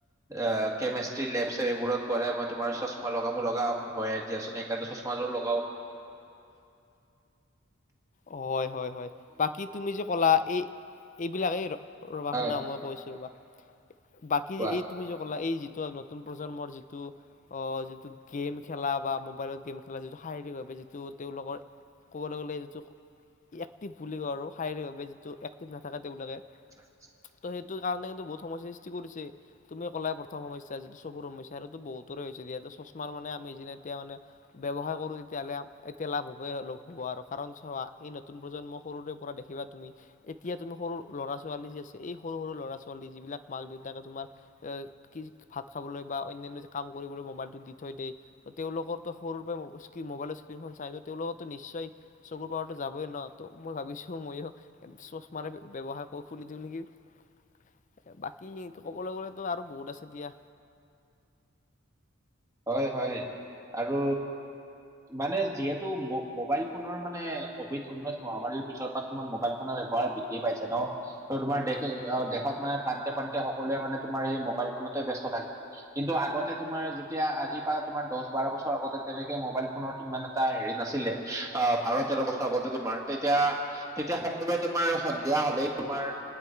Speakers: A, on the right; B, on the left.
A: আহ কেমেষ্ট্ৰি লেব-চেববোৰত গ'লে মই তোমাৰ চশমা লগাব লগা হয়ে দিয়াচোন, সেইকাৰণে চশমাযোৰ লগাও।
B: হয় হয়-হয়, বাকী তুমি যে ক'লা এই এইবিলাক সেই ৰ'বা
A: হয়
B: শুনা, মই কৈছো ৰ'বা বাকী
A: কোৱা
B: এই তুমি যে ক'লা এই যিটো নতুন প্ৰজন্মৰ যিটো, অ' যিটো গেম খেলা বা মোবাইলত গেম খেলা যিটো শাৰীৰিকভাৱে যিটো তেওঁলোকৰ ক'বলৈ গ'লে যিটো এক্টিভ বুলি কওঁ আৰু শাৰীৰিক ভাৱে যিটো এক্টিভ নাথাকে তেওঁলোকে
A: <inaudible>
B: ত' সেইটো কাৰণে কিন্তু বহুত সমস্যাৰ সৃষ্টি কৰিছে। তুমি ক'লায়ে প্ৰথম সমস্যা যিটো চকুৰ সমস্যা, আৰুটো বহুতৰে হৈছে যে আৰু চশমা মানে আমি যেনে এতিয়া মানে ব্যৱসায় কৰো তেতিয়াহ'লে এতিয়া লাভ হ'বই আৰু কাৰণ চোৱা এই নতুন প্ৰজন্মক সৰুৰে পৰা দেখিবা তুমি, এতিয়া তুমি সৰু ল'ৰা-ছোৱালী যি আছে এই সৰু- সৰু ল'ৰা-ছোৱালী যিবিলাক মাক-দেউতাকে তোমাৰ এ কি ভাত খাবলৈ বা অন্যান্য যে কাম কৰিবলৈ মোবাইলতো দি থৈ দিয়ে, তেওঁলোকৰতো সৰুৰ পৰা মোবাইলৰ স্ক্ৰীণ মোবাইলৰ স্ক্ৰীণখন চাই ত' তেওঁলোকৰো নিশ্চয় চকুৰ পাওৱাৰ যাবই ন', ত' মই ভাবিছো ময়ো ভা চশমাৰে ব্যৱহাৰ খুলি দিও নেকি। এ বাকী ক'বলৈ গ'লেতো আৰু বহুত আছে দিয়া।
A: হয় হয় আৰু মানে যিহেতু ম মোবাইল ফোনৰ মানে কভিড ঊনৈশ মহামাৰীৰ পিছত তোমাৰ মোবাইল ফোনৰ ব্যৱহাৰ বৃদ্ধি পাইছে ন'। ত' তোমাৰ দে দেশত মানে প্ৰান্তে- প্ৰান্তে সকলোৱে মানে তোমাৰ সেই মোবাইল ফোনতে ব্যস্ত থাকে। কিন্তু আগতে তোমাৰ যে তেতিয়া আজিৰ পৰা তোমাৰ দহ-বাৰ বছৰ আগতে তেনেকে মোবাইল ফোনৰ ইমান এটা হেৰি নাছিলে। অ' বাৰ-তেৰ বছৰ আগতে তোমাৰ তেতিয়া, তেতিয়া সকলোৱে তোমাৰ সন্ধিয়া হ'লেই তোমাৰ